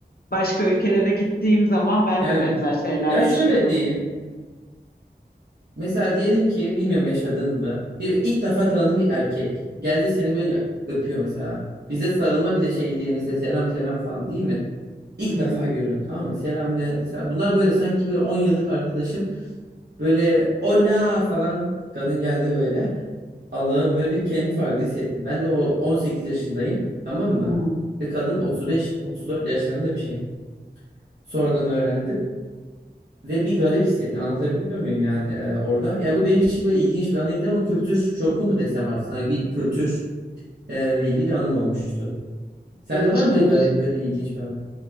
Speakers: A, on the left (about 60°); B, on the right (about 70°).
A: Başka ülkelere gittiğim zaman ben
B: Yani
A: de benzer şeyler
B: ya
A: yaşıyorum.
B: şöyle diyeyim. Mesela diyelim ki bilmiyorum yaşadın mı? Bir ilk defa tanıdığın bir erkek geldi seni böyle ya- öpüyor mesela. Bize sarılma bile şey değil mesela selam selam falan değil mi? İlk
A: Hı hı.
B: defa görüyorum tamam mı? Selam ve- mesela bunlar böyle sanki böyle 10 yıllık arkadaşım böyle ola falan kadın geldi böyle. Allah'ım böyle bir kendimi farklı hissettim. Ben de o 18 yaşındayım tamam mı?
A: Hı hı.
B: Ve kadın 35 34 yaşlarında bir şey. Sonradan öğrendim. Ve bir garip hissettim anlatabiliyor muyum yani e, orada. Ya bu benim için böyle ilginç bir anıydı ama kültür şoku mu desem artık sana bir kültür
A: hı.
B: e, ile ilgili bir anım olmuştu. Sende
A: Gençmiş.
B: var mı böyle garip böyle ilginç bir anı?